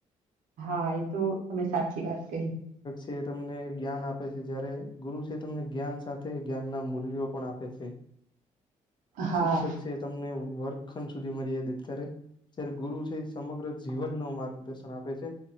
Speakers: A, on the right (about 85°); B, on the left (about 35°).
A: હા એ તો તમે સાચી વાત કહી.
B: તે તમને જ્ઞાન આપે છે, જયારે ગુરુ છે એ તમને જ્ઞાન સાથે જ્ઞાનના મૂલ્યો પણ આપે છે.
A: હા
B: શિક્ષક છે એ તમને વર્ગખંડ સુધી મર્યાદિત કરે જયારે ગુરુ છે એ સમગ્ર જીવનનું માર્ગદર્શન આપે છે.